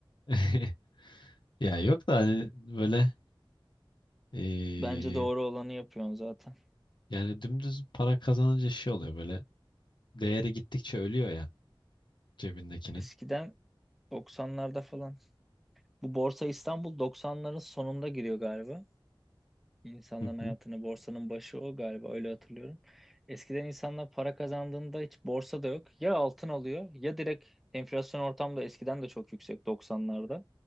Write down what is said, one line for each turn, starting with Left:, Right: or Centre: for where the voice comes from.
Left: <laughs> Ya yok da hani böyle eee,
Centre: Bence doğru olanı yapıyorsun zaten.
Left: yani dümdüz para kazanınca şey oluyor böyle Değeri gittikçe ölüyor ya cebindekinin.
Centre: Eskiden 90'larda falan. Bu Borsa İstanbul 90'ların sonunda giriyor galiba. İnsanların
Left: Hı
Centre: hayatına
Left: hı.
Centre: borsanın başı o galiba öyle hatırlıyorum. Eskiden insanlar para kazandığında hiç borsa da yok. Ya altın alıyor ya direkt enflasyon ortamda eskiden de çok yüksek 90'larda.